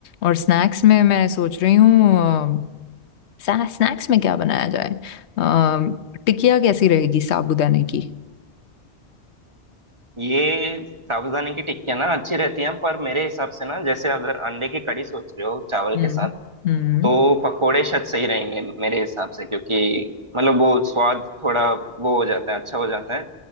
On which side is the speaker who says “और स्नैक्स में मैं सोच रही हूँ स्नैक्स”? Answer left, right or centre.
Left